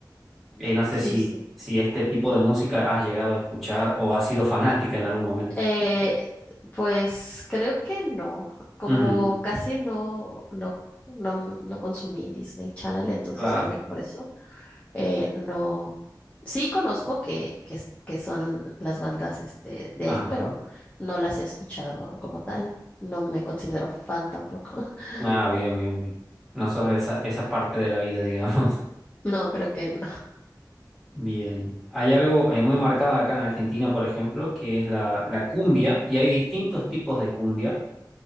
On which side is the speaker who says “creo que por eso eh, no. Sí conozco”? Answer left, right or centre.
Left